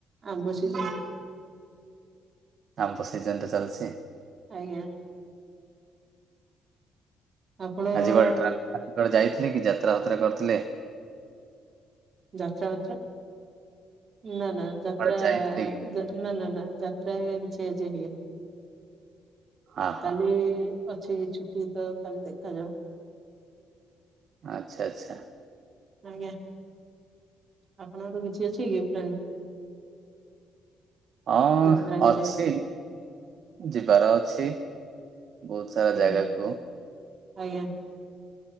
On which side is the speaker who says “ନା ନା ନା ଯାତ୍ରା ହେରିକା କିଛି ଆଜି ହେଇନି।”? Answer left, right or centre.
Right